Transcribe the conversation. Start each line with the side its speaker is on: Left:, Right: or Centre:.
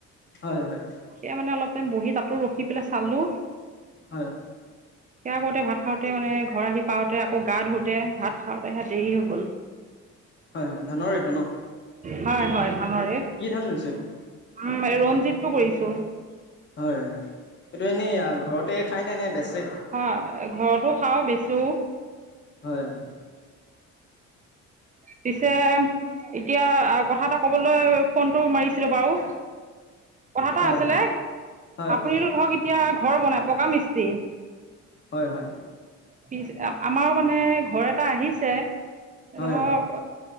Left: হয় হয়।
Right: সেয়া মানে অলপ বহি তাতো ৰখি পেলাই চালো।
Left: হয়
Right: সেয়া কৰোতে, ভাত খাওঁতে মানে, ঘৰ আহি পাওঁতে আকৌ গা ধুওঁতে, ভাত খাওঁতে, সেয়া দেৰি হৈ গল।
Left: হয় হয়, ধানৰেটো ন?
Right: হয় হয়, ধানৰে,
Left: কি
Right: উম,
Left: ধান ৰুইছে এইটো
Right: ৰঞ্জিতটো কৰিছো।
Left: হয় হয়, এইটো এনেই ঘৰতে খাই নে, নে বেচে?
Right: হয় ঘৰতো খাওঁ বেছোও।
Left: হয় হয়।
Right: পিছে এতিয়া কথা এটা ক'বলৈ ফোনটো মাৰিছিলো বাৰু। কথা এটা
Left: হয়
Right: আছিলে,
Left: হয় হয়
Right: আপুনিটো
Left: কওকচোন
Right: ধৰক এতিয়া ঘৰ বনাই, পকা মিস্ত্ৰী
Left: হয় হয়
Right: পিছ-আমাৰো মানে ঘৰ এটা আহিছে
Left: হয়
Right: ধৰক,
Left: হয়